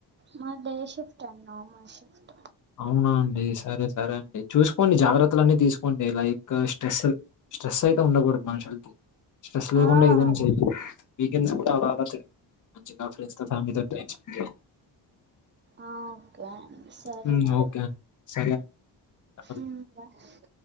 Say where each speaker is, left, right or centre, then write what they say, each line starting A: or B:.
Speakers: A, on the right; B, on the left.
A: మాది డే షిఫ్ట్ అండి నార్మల్ షిఫ్ట్.
B: అవునా అండి సరే సరే అండి చూసుకోండి జాగ్రత్తల అన్నీ తీసుకోండి లైక్ స్ట్రెస్. స్ట్రెస్ అయితే ఉండకూడదు మనుషులకి. స్ట్రెస్ లేకుండా
A: ఆ
B: ఏదైనా చెయ్ వీకెండ్స్ కూడా అలా అలా చేయ్. మంచిగా ఫ్రెండ్స్ తన ఫ్యామిలీతోనే టైం స్పెండ్ చెయ్.
A: ఆ ఓకే సరే. సరే
B: హ్మ్.
A: మరి
B: ఓకే అండి. సరే అండి.
A: ఉమ్ బాయ్.